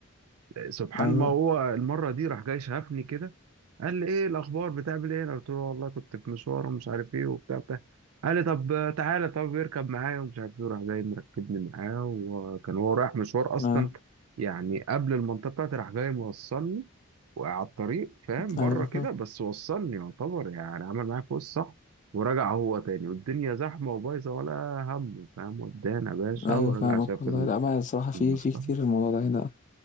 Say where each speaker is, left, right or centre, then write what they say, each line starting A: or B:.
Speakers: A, on the right; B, on the left.
A: سبحان
B: أيوه
A: ما هو المره دي راح جاي شافني كده قال لي ايه الاخبار بتعمل ايه انا قلت له والله كنت في مشوار ومش عارف ايه وبتاع بتاع قال لي طب تعالى طب اركب معايا ومش عارف ايه راح جاي مركبني معاه وكان هو رايح مشوار اصلا
B: اه
A: يعني قبل المنطقه بتاعتي راح جاي موصلني وعلى الطريق فاهم بره
B: أيوه
A: كده
B: فاهم
A: بس وصلني يعتبر يعني عمل معايا فوق الصح ورجع هو تاني والدنيا زحمه وبايظه ولا هم فاهم ودانا يا باشا
B: أيوه
A: ورجع
B: فاهمك
A: شاف
B: والله لا ما الصراحة في
A: المصلحه
B: في كتير الموضوع ده هنا